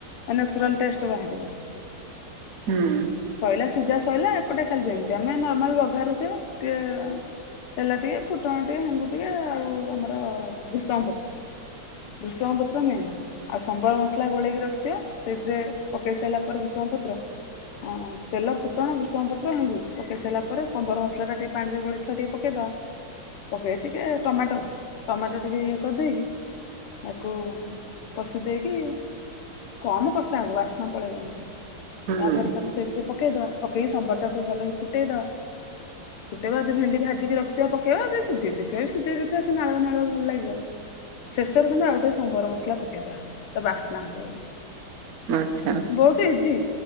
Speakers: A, on the left; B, on the right.
A: ନେଚୁରାଲ୍ ଟେଷ୍ଟ ବାହାରିବ
B: ହୁଁ।
A: ଆ ସିଝା ସଇଲା ଏପଟେ ଖାଲି ଯେମତି ଆମେ ନର୍ମାଲ୍ ବଘରୁଛଚେ ଟିଏ ତେଲ ଟିଏ ଫୁଟଣ ଟିଏ ହେଙ୍ଗୁ ଟିକେ ଆଉ ଆମର ବୃଷଙ୍ଗ୍ ପତ୍ ବୃଷଙ୍ଗ ପାତ୍ର ମେନ୍ ଆଉ ସମ୍ବର୍ ମସ୍ଲା ଗୋଳେଇକି ରଖିଥିଅ ସେଥିରେ ପକେଇ ସଇଲା ପରେ ବୃଷଙ୍ଗ ପତ୍ର ଅଁ ତେଲ ଫୁଟଣ ବୃଷଙ୍ଗ୍ ପତ୍ର ଲୁଡୁ ପକେଇ ସାରିଲା ପରେ ସମ୍ବର ମସଲାଟା ଟି ପାଣିରେ ଗୋଳେଇ ଥିବା ଟିଏ ପକେଇଦେଆ ପକେଇ ଟିକେ ଟମାଟୋ ଟମାଟୋ ଟିକେ ଇଏ କରିଦେଇକି ତାକୁ କଷି ଦେଇକି କମ୍ କଷା ହବ ଆସ୍ନା ପଳେଇବ ନହେଲେ
B: ହୁଁ
A: ତାପରେ ତାକୁ ସେପ୍ ସେ ଇଦା ପକେଇ ସମ୍ବର୍ ଟା ଉ ଟିକେ ଭଲଇ ଫୁଟେଇ ଦଆ ଫୁଟେବା ଯଦି ଭେଣ୍ଡି ଭାଜିକି ରଖିଥିଆ ପାକେବା ଯଦି ଶିଝେଇ ଦେଇଥିବା ବି ଜାଝେଇ ଦେଇଥିବା ସେ ନାଳୁଆ ନାଳୁଆ ଭଲ୍ ଲାଗିବ ଶେଷରୁ କିନ୍ତୁ ଆଉ ଟିଏ ସମ୍ବର ମାସ୍ଲା ପକେଇଦବା ତା ବାସ୍ନା ହେବ ବଳି
B: ଆଚ୍ଛା
A: ବହୁତ୍ ଇଜି